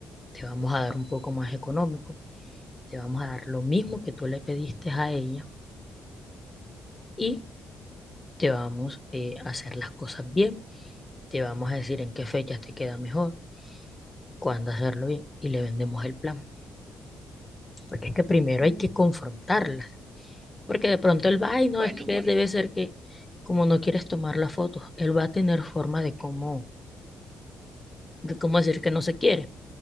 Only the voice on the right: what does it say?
Mm,
Bueno,
amor.